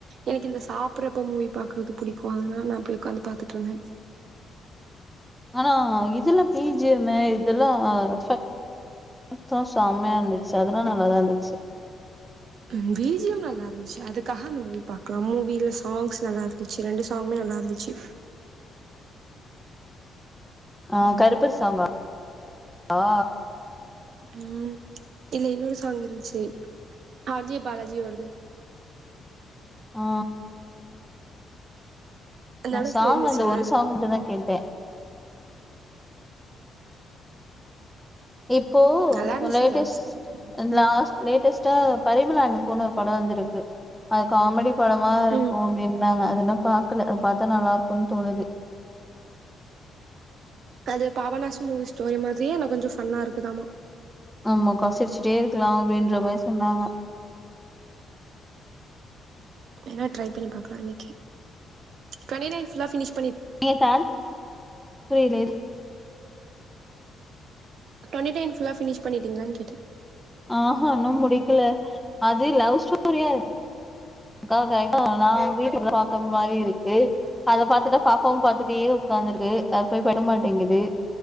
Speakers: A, on the right (about 65°); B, in the centre.
A: எனக்கு இந்த சாப்புறதப்ப மூவி பாக்குறது புடிக்கு அதனால நா அப்டி உக்காந்து பாத்துட்டு இருந்த
B: ஆனா இதெல்லா பீஜீயம்மு இதெல்லா பாத்தோ செம்மயா இருந்துச்சு அதனா நல்லாதா இருந்துச்சு
A: ம் பீஜீயம் நல்லா இருந்துச்சு அதுக்காக அந்த மூவி பாக்லா மூவில சாங்ஸ் நல்லா இருந்துச்சு ரெண்டு சாங்குமே நல்லா இருந்துச்சு
B: ஆ கருப்பசாம்பா ஆ
A: ம் இல்ல இன்னொரு சாங் இருந்துச்சு ஆர்ஜி பாலாஜியோடது
B: ஆ நா
A: நடஸ்ல
B: சாங்
A: இருந்துச்சுல்ல
B: அந்த ஒரு சாங் மட்டுந்தா கேட்ட இப்போ
A: நல்லா இருந்துச்சு
B: லேட்டஸ்ட்
A: லாஸ்ட் ம்
B: லாஸ்ட் லேட்டஸ்ட்டா பரிமலானு போன்னு ஒரு படோ வந்துருக்கு அது காமடி படமா இருக்கு
A: ம்
B: அப்டினாங்க அது அதெல்லா பாக்கல அது பாத்தா நல்லா இருக்குன் தோணுது
A: அது பாபநாசு மூவி ஸ்டோரி மாதிரியே ஆனா கொஞ்சோ ஃபன்னா இருக்குதாமா
B: நம்ம கசிச்சுட்டே இருக்குலா அப்டின்ற மாரி சொன்னாங்க
A: என்னட் ட்ரை பண்ணி பக்கலா இன்னிக்கு கனி நைட் ஃபுல்லா பினிஷ்
B: நீங்க தான் புரியல எது
A: டுவென்டி நைன் ஃபுல்லா பினிஷ் பண்ணிட்டீங்களான்னு கேட்டு
B: ஆ இன்னு முடிக்கல அது லவ் ஸ்டோரியா இருக் க்கா கரகா நா வீட்டுள்ள பாக்க மாரி இருக்கு அ பாத்துட்டா பாப்பாவு பாத்துட்டே உக்காந்துருக்கு அது போய் படிக்க மாட்டேங்குது